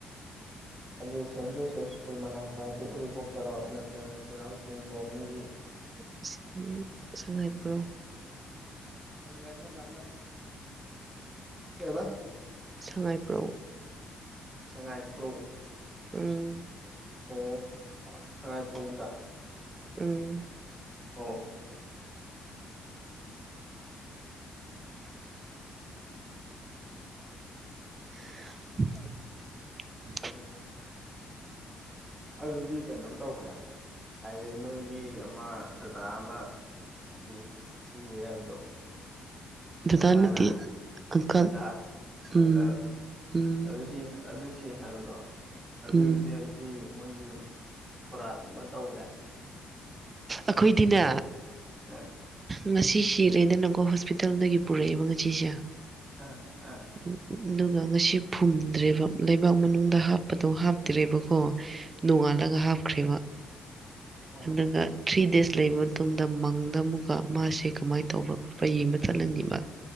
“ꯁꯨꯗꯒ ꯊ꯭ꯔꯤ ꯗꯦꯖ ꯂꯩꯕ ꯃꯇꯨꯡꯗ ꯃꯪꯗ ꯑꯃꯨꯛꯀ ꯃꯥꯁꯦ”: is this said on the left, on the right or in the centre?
Right